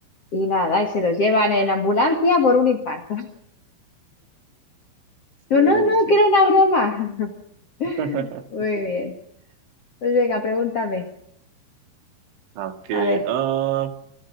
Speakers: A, on the left; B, on the right.
A: y nada, y se los llevan en ambulancia por un infarto.
B: Sería
A: Yo, no,
B: divertido.
A: no, que era una broma. <laughs>
B: <laughs>
A: Muy bien. Pues venga, pregúntame.
B: Okay.
A: A ver.
B: ah,